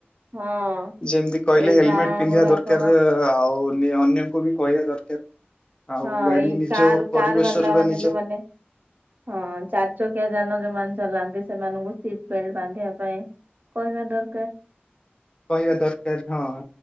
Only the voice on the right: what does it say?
ହଁ
ଏଇ
ଗାଁ
ଗୁଡାକ
ହଁ
ଏଇ
କାର
କାର ବାଲା
ମାନେ
ଯୋଉମାନେ, ହଁ ଚାରି ଚକିଆ ଯାନ ଯୋଉ ଚଲାନ୍ତି ସେମାନଙ୍କୁ ସିଟ ବେଲଟ ବାନ୍ଧିବା ପାଇଁ କହିବା ଦରକାର